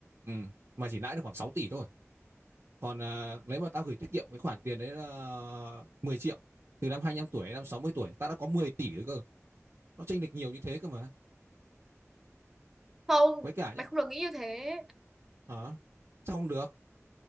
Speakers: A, on the right (about 55°); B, in the centre.
A: ừ, mày chỉ lãi được khoảng 6 tỷ thôi còn ờ, nếu mà tao gửi tiết kiệm cái khoản tiền đấy là 10 triệu từ năm 25 tuổi đến năm 60 tuổi tao đã có 10 tỷ rồi cơ nó chênh lệch nhiều như thế cơ mà
B: Không,
A: với cả nhá
B: mày không được nghĩ như thế.
A: hả sao không được